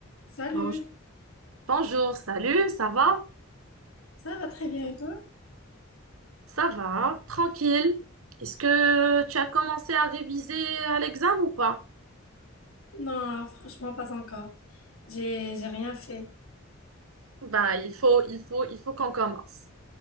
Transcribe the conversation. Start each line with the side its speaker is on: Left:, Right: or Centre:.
Left: Salut,
Right: Bonj- Bonjour, salut, ça va?
Left: ça va très bien et toi?
Right: Ça va, hein Tranquille. Est-ce que tu as commencé à réviser à l'examen ou pas?
Left: Non, franchement, pas encore. J'ai, j'ai rien fait.
Right: Bah, il faut, il faut, il faut qu'on commence.